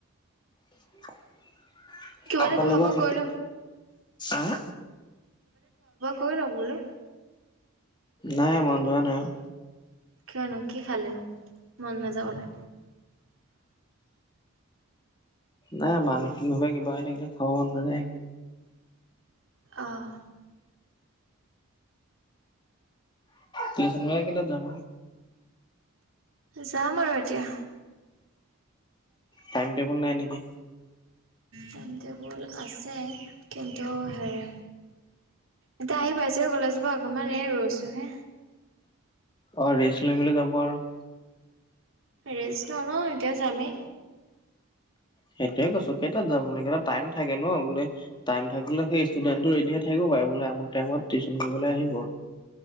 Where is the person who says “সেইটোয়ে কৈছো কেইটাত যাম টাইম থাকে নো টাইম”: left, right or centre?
Left